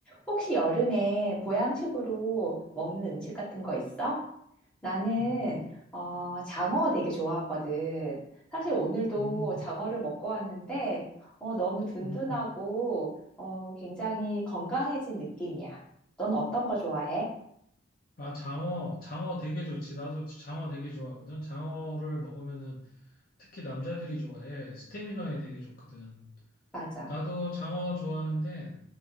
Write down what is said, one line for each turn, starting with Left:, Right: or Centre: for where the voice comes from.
Centre: 혹시 여름에 보양식으로 먹는 음식 같은 거 있어? 나는
Left: 음,
Centre: 어, 장어 되게 좋아하거든. 사실 오늘도
Left: 음,
Centre: 장어를 먹고 왔는데 어, 너무 든든하고
Left: 음.
Centre: 어, 굉장히 건강해진 느낌이야. 넌 어떤 거 좋아해?
Left: 아, 장어, 장어 되게 좋지. 나도 장어 되게 좋아하거든. 장어를 먹으면은 특히 남자들이 좋아해. 스태미너에 되게 좋거든.
Centre: 맞아.
Left: 나도 장어 좋아하는데,